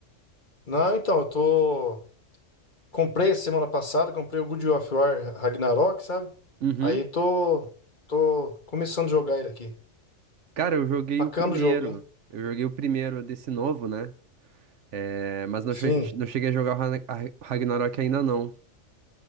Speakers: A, on the left; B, on the right.
A: Não, então, eu tô Comprei essa semana passada, comprei o God of War Ragnarok, sabe?
B: Uhum.
A: Aí tô, tô começando a jogar ele aqui.
B: Cara, eu joguei
A: Bacana
B: o primeiro.
A: o jogo, hein?
B: Eu joguei o primeiro desse novo, né? É, mas não,
A: Sim.
B: che- não cheguei a jogar o Ragna- a- Ragnarok ainda não.